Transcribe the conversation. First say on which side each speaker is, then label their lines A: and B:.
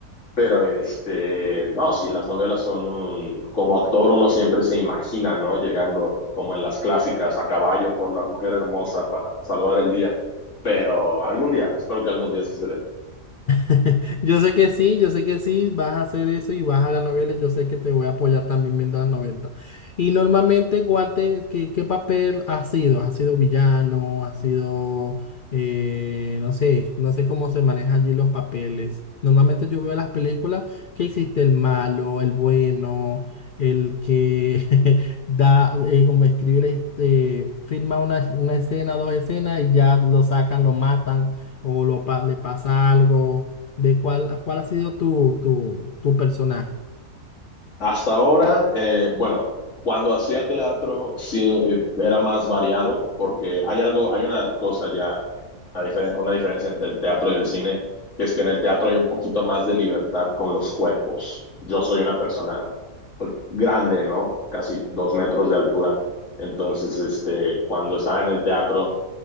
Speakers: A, on the left; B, on the left.
A: Pero este, no, sí, las novelas son un, como actor uno siempre se imagina, ¿no? Llegando como en las clásicas a caballo por la mujer hermosa para salvar el día. Pero algún día, espero que algún día sí se dé.
B: <laughs> Yo sé que sí, yo sé que sí, vas a hacer eso y vas a las novelas, yo sé que te voy a apoyar también viendo las novelas. Y normalmente, ¿cuál te ¿qué, qué papel has sido? ¿Has sido villano? ¿Has sido, eh, no sé, no sé cómo se manejan allí los papeles? Normalmente yo veo las películas que existe el malo, el bueno, el que <laughs> da, eh, como escribe, la eh, firma una, una escena, dos escenas y ya lo sacan, lo matan o lo, pa- le pasa algo de cuál, cuál ha sido tu, tu, tu personaje.
A: Hasta ahora, eh, bueno, cuando hacía teatro sí era más variado porque hay algo, hay una cosa ya, una, diferen- una diferencia entre el teatro y el cine, que es que en el teatro hay un poquito más de libertad con los cuerpos. Yo soy una persona pues, grande, ¿no? Casi dos metros de altura. Entonces, este, cuando estaba en el teatro,